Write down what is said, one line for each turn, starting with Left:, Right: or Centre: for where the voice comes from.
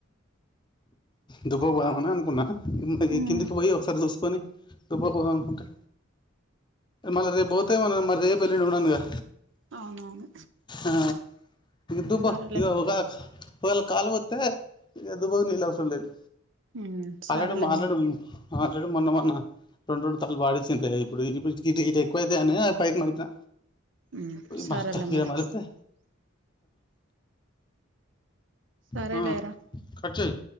Left: దుబ్బకు పోదామనే అనుకున్న <unintelligible>
Right: హ్మ్
Left: కిందికు బొయి ఒకసారి జూస్ కొని దుబ్బకు పోదాం అనుకుంటే మళ్ళ రేపు బోతే మనం మరి రేపు ఎళ్ళుండి ఉండనుగా
Right: అవునవును
Left: ఆ దుబ్బ
Right: సరేలే
Left: ఇగ ఒక ఒకేలా కాల్ మ దే ఇక దుబ్బకు నీళ్లు అవసరం లేదు
Right: హ్మ్ సరేలే
Left: ఆల్రెడీ మాట్లాడం
Right: మరి
Left: మేం ఆల్రెడీ మొన్న మొన్న రొండు రొండు తలవాడిచ్చింది ఇప్పుడు ఇప్పుడు ఇటు ఎక్కువైతయి అనే అటు పైకి మలిపిన
Right: ఊమ్ సరేలే
Left: మస్త
Right: మరి
Left: ఇడ మలిపితే
Right: సరేలేరా
Left: ఆ కటచేయ్